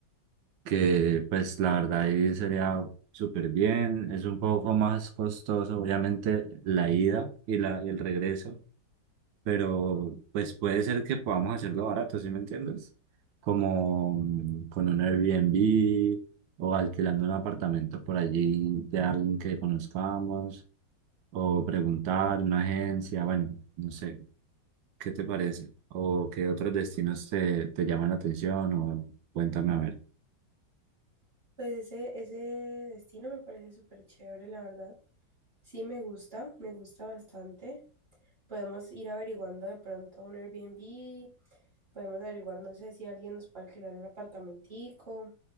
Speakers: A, on the right; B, on the right.
A: que pues la verdad ahí sería súper bien, es un poco más costoso, obviamente la ida y, la, y el regreso pero pues puede ser que podamos hacerlo barato, ¿sí me entiendes? Como mm, con un Airbnb o alquilando un apartamento por allí de alguien que conozcamos o preguntar en una agencia, bueno, no sé, ¿qué te parece? ¿O qué otros destinos te, te llaman la atención? O cuéntame a ver.
B: Pues ese, ese destino me parece súper chévere, la verdad. Sí, me gusta, me gusta bastante. Podemos ir averiguando de pronto un Airbnb, podemos averiguar, no sé si alguien nos puede alquilar un apartamentico.